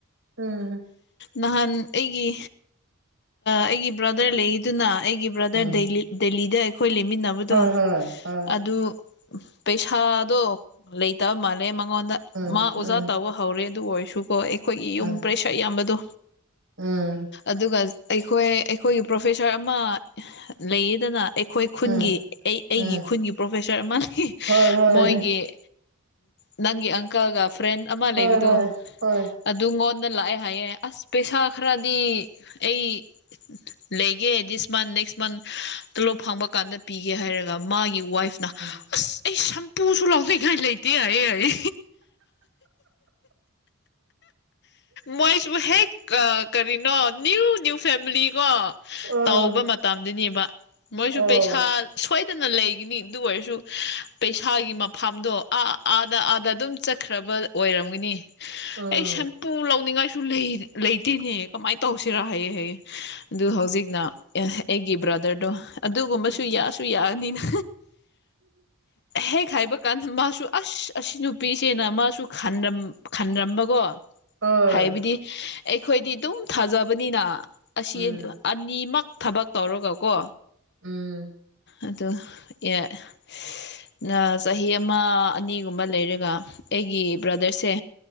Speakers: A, on the right (about 65°); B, on the left (about 55°).
A: ꯎꯝ
B: ꯅꯍꯥꯟ ꯑꯩꯒꯤ ꯑꯩꯒꯤ ꯕ꯭ꯔꯗꯥꯔ ꯂꯩꯑꯦꯗꯅ ꯑꯩꯒꯤ ꯕ꯭ꯔꯗꯥꯔ
A: ꯎꯝ
B: ꯗꯦꯜꯂꯤ ꯗꯦꯜꯂꯤꯗ ꯑꯩꯈꯣꯏ ꯂꯩꯃꯤꯟꯅꯕꯗꯣ
A: ꯍꯣꯏ ꯍꯣꯏ ꯍꯣꯏ
B: ꯑꯗꯨ ꯄꯩꯁꯥꯗꯣ ꯂꯩꯇꯕ ꯃꯥꯜꯂꯦ ꯃꯉꯣꯟꯗ
A: ꯎꯝ
B: ꯃꯥ ꯑꯣꯖꯥ
A: ꯎꯝ
B: ꯇꯧꯕ ꯍꯧꯔꯦ ꯑꯗꯨ ꯑꯣꯏꯔꯁꯨꯀꯣ ꯑꯩꯈꯣꯏꯒꯤ
A: ꯎꯝ
B: ꯌꯨꯝ ꯄꯩꯁꯥ ꯌꯥꯝꯕꯗꯣ
A: ꯎꯝ
B: ꯑꯗꯨꯒ ꯑꯩꯈꯣꯏ ꯑꯩꯈꯣꯏꯒꯤ ꯄ꯭ꯔꯣꯐꯦꯁꯥꯔ ꯑꯃ ꯂꯩꯌꯦꯗꯅ ꯑꯩꯈꯣꯏ ꯈꯨꯟꯒꯤ
A: ꯎꯝ
B: ꯑꯩ ꯑꯩꯒꯤ
A: ꯎꯝ
B: ꯈꯨꯟꯒꯤ ꯄ꯭ꯔꯣꯐꯦꯁꯔ ꯑꯃ ꯂꯩ
A: ꯍꯣꯏ ꯍꯣꯏ
B: ꯃꯣꯏꯒꯤ ꯅꯪꯒꯤ ꯑꯪꯀꯜꯒ ꯐ꯭ꯔꯦꯟ ꯑꯃ ꯂꯩꯕꯗꯨ
A: ꯍꯣꯏ ꯍꯣꯏ ꯍꯣꯏ
B: ꯑꯗꯨꯉꯣꯟꯗ ꯂꯥꯛꯑꯦ ꯍꯥꯏꯌꯦ ꯑꯁ ꯄꯩꯁꯥ ꯈꯔꯗꯤ ꯑꯩ ꯂꯩꯒꯦ ꯗꯤꯁ ꯃꯥꯟꯁ ꯅꯦꯛꯁ ꯃꯥꯟꯁ ꯇꯣꯂꯣꯞ ꯐꯥꯡꯕ ꯀꯥꯟꯗ ꯄꯤꯒꯦ ꯍꯥꯏꯔꯒ ꯃꯥꯒꯤ ꯋꯥꯏꯐꯅ
A: ꯎꯝ
B: ꯑꯁ ꯑꯩ ꯁꯝꯄꯨꯁꯨ ꯂꯥꯎꯅꯤꯡꯉꯥꯢ ꯂꯩꯇꯦ ꯍꯥꯏꯑꯦ ꯍꯥꯏꯑꯦ ꯃꯣꯏꯁꯨ ꯍꯦꯛ ꯀꯔꯤꯅꯣ ꯅꯤꯌꯨ ꯅꯤꯌꯨ ꯐꯦꯃꯤꯂꯤ ꯀꯣ
A: ꯑꯣ
B: ꯇꯧꯕ ꯃꯇꯝꯗꯨꯅꯦꯕ ꯃꯣꯏꯁꯨ
A: ꯎꯝ
B: ꯄꯩꯁꯥ ꯁꯣꯏꯗꯅ ꯂꯩꯒꯅꯤ ꯑꯗꯨ ꯑꯣꯏꯔꯁꯨ ꯄꯩꯁꯥꯒꯤ ꯃꯐꯝꯗꯣ ꯑꯥ ꯑꯥꯗ ꯑꯥꯗ ꯑꯗꯨꯝ ꯆꯠꯈ꯭ꯔꯕ ꯑꯣꯏꯔꯝꯒꯅꯤ
A: ꯎꯝ
B: ꯑꯩ ꯁꯝꯄꯨ ꯂꯧꯅꯤꯡꯉꯥꯏ ꯁꯨ ꯂꯩꯇꯦꯅꯦ ꯀꯃꯥꯏꯅ ꯇꯧꯁꯦꯔꯥ ꯍꯥꯏꯌꯦ ꯍꯥꯏꯌꯦ ꯑꯗꯨ ꯍꯧꯖꯤꯛꯅ ꯑꯩꯒꯤ ꯕ꯭ꯔꯗꯥꯔꯗꯣ ꯑꯗꯨꯒꯨꯝꯕꯁꯨ
A: ꯎꯝ
B: ꯌꯥꯁꯨ ꯌꯥꯅꯤꯅ ꯍꯦꯛ ꯍꯥꯏꯕ ꯀꯥꯟꯗ ꯃꯥꯁꯨ ꯑꯁ ꯑꯁꯤ ꯅꯨꯄꯤꯁꯦꯅ ꯃꯥꯁꯨ ꯈꯟꯔꯝ ꯈꯟꯔꯝꯕꯒꯣ
A: ꯍꯣꯏ
B: ꯍꯥꯏꯕꯗꯤ ꯑꯩꯈꯣꯏꯗꯤ ꯑꯗꯨꯝ ꯊꯥꯖꯕꯅꯤꯅ ꯑꯁꯤ
A: ꯎꯝ
B: ꯑꯅꯤꯃꯛ ꯊꯕꯛ ꯇꯧꯔꯒꯀꯣ
A: ꯎꯝ
B: ꯑꯗꯨ ꯑꯥ ꯆꯍꯤ ꯑꯃ ꯑꯅꯤꯒꯨꯝꯕ ꯂꯩꯔꯒ ꯑꯩꯒꯤ ꯕ꯭ꯔꯗꯔꯁꯦ